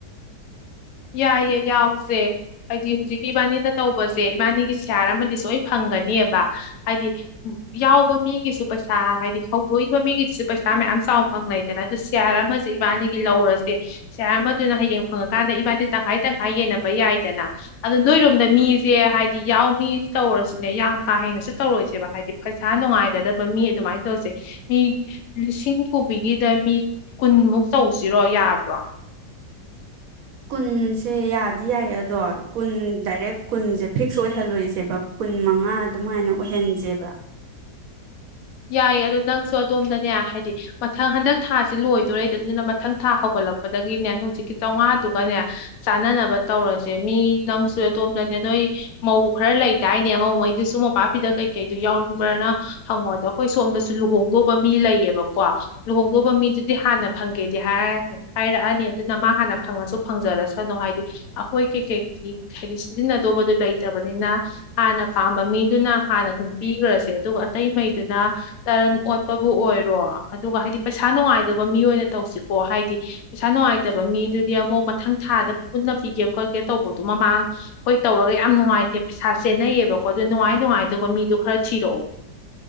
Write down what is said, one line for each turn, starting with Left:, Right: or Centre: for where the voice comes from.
Left: ꯌꯥꯏꯌꯦ ꯌꯥꯎꯁꯦ ꯍꯥꯏꯗꯤ ꯍꯧꯖꯤꯛꯀꯤ ꯏꯕꯥꯅꯤꯅ ꯇꯧꯕꯁꯦ ꯏꯕꯥꯅꯤꯒꯤ ꯁꯤꯌꯥꯔ ꯑꯃꯗꯤ ꯁꯣꯏꯅ ꯐꯪꯒꯅꯦꯕ ꯍꯥꯏꯗꯤ ꯌꯥꯎꯕ ꯃꯤꯒꯤꯁꯨ ꯄꯩꯁꯥ ꯍꯥꯏꯗꯤ ꯍꯧꯗꯣꯛꯏꯕ ꯃꯤꯒꯤꯗꯨꯁꯨ ꯄꯩꯁꯥ ꯃꯌꯥꯝ ꯆꯥꯎꯅ ꯐꯪꯅꯩꯗꯅ ꯑꯗꯨ ꯁꯤꯌꯥꯔ ꯑꯃꯁꯦ ꯏꯕꯥꯅꯤꯒꯤ ꯂꯧꯔꯁꯦ ꯁꯤꯌꯥꯔ ꯑꯃꯗꯨꯅ ꯍꯌꯦꯡ ꯐꯪꯉꯀꯥꯟꯗ ꯃꯗꯤ ꯇꯪꯈꯥꯏ ꯇꯪꯈꯥꯏ ꯌꯦꯟꯅꯕ ꯌꯥꯏꯗꯅ ꯑꯗꯨꯣ ꯅꯣꯏꯔꯣꯝꯗ ꯃꯤꯁꯦ ꯍꯥꯏꯗꯤ ꯌꯥꯎ ꯃꯤ ꯇꯧꯔꯁꯤꯅꯦ ꯌꯥꯝ ꯀꯥ ꯍꯦꯟꯅꯁꯨ ꯇꯧꯔꯣꯏꯁꯦꯕ ꯍꯥꯏꯗꯤ ꯄꯩꯁꯥ ꯅꯨꯡꯉꯥꯏꯒꯗꯕ ꯃꯤ ꯑꯗꯨꯃꯥꯏꯅ ꯇꯧꯁꯦ ꯃꯤ ꯂꯤꯁꯤꯡ ꯀꯕꯤꯒꯤꯗ ꯃꯤ ꯀꯨꯟꯃꯨꯛ ꯇꯧꯁꯤꯔꯣ ꯌꯥꯕ꯭ꯔꯣ
Right: ꯀꯨꯟꯁꯦ ꯌꯥꯗꯤ ꯌꯥꯏ ꯑꯗꯣ ꯀꯨꯟ ꯗꯥꯏꯔꯦꯛ ꯀꯨꯟꯁꯦ ꯐꯤꯛꯁ ꯑꯣꯏꯍꯜꯂꯣꯏꯁꯦꯕ ꯀꯨꯟ ꯃꯉꯥ ꯑꯗꯨꯃꯥꯏꯅ ꯑꯣꯏꯍꯟꯁꯦꯕ
Left: ꯌꯥꯏꯌꯦ ꯑꯗꯣ ꯅꯪꯁꯨ ꯑꯗꯣꯝꯗꯅꯦ ꯍꯥꯏꯗꯤ ꯃꯊꯪ ꯍꯟꯗꯛ ꯊꯥꯁꯤ ꯂꯣꯏꯗꯣꯔꯦꯗꯅꯤꯅ ꯃꯊꯪ ꯊꯥ ꯍꯧꯒꯠꯂꯛꯄꯗꯒꯤꯅꯦ ꯍꯧꯖꯤꯛꯀꯤ ꯆꯥꯝꯃꯉꯥꯗꯨꯒꯅꯦ ꯆꯥꯅꯅꯕ ꯇꯧꯔꯁꯦ ꯃꯤ ꯅꯪꯁꯨ ꯑꯗꯣꯝꯗꯅꯦ ꯅꯣꯏ ꯃꯧ ꯈꯔ ꯂꯩꯗꯥꯅꯦ ꯃꯧꯉꯩꯗꯨ ꯁ ꯃꯄꯥꯛꯄꯤꯗ ꯀꯩꯀꯩꯗꯨꯣ ꯌꯥꯎꯅꯤꯡꯕ꯭ꯔꯅ ꯍꯪꯉꯣꯗꯣ ꯑꯩꯈꯣꯏ ꯁꯣꯝꯗꯁꯨ ꯂꯨꯍꯣꯡꯗꯧꯕ ꯃꯤ ꯂꯩꯌꯦꯕꯀꯣ ꯂꯨꯍꯣꯡꯗꯧꯕ ꯃꯤꯗꯨꯗꯤ ꯍꯥꯟꯅ ꯐꯪꯒꯦꯗꯤ ꯍꯥꯏꯔꯛꯑꯅꯤ ꯑꯗꯨꯅ ꯃꯥ ꯍꯥꯟꯅ ꯐꯪꯉꯁꯨ ꯐꯪꯖꯔꯁꯅꯨ ꯍꯥꯏꯗꯤ ꯑꯩꯈꯣꯏ ꯀꯩ ꯀꯩ ꯍꯥꯏꯗꯤ ꯁꯤꯖꯤꯟꯅꯗꯧꯕꯗꯨ ꯂꯩꯇꯕꯅꯤꯅ ꯍꯥꯟꯅ ꯄꯥꯝꯕ ꯃꯤꯗꯨꯅ ꯍꯥꯟꯅ ꯑꯗꯨꯝ ꯄꯤꯈ꯭ꯔꯁꯦ ꯑꯗꯨꯒ ꯑꯇꯩ ꯃꯩꯗꯨꯅ ꯇꯔꯟ ꯑꯣꯠꯄꯕꯨ ꯑꯣꯏꯔꯣ ꯑꯗꯨꯒ ꯍꯥꯏꯗꯤ ꯄꯩꯁꯥ ꯅꯨꯡꯉꯥꯏꯗꯕ ꯃꯤ ꯑꯣꯏꯅ ꯇꯧꯁꯤꯀꯣ ꯍꯥꯏꯗꯤ ꯄꯩꯁꯥ ꯅꯨꯡꯉꯥꯏꯇꯕ ꯃꯤꯗꯨꯗꯤ ꯑꯃꯨꯛ ꯃꯊꯪ ꯊꯥꯗ ꯄꯨꯟꯅ ꯄꯤꯒꯦ ꯈꯣꯠꯀꯦ ꯇꯧꯕꯗꯨꯣ ꯃꯃꯥꯡ ꯑꯩꯈꯣꯏ ꯇꯧꯔꯒ ꯌꯥꯝ ꯅꯨꯡꯉꯥꯏꯇꯦ ꯄꯩꯁꯥ ꯆꯦꯟꯅꯩꯌꯦꯕꯀꯣ ꯑꯗꯨ ꯅꯨꯡꯉꯥꯏ ꯅꯨꯡꯉꯥꯏꯗꯕ ꯃꯤꯗꯨꯣ ꯈꯔ ꯊꯤꯔꯛꯑꯣ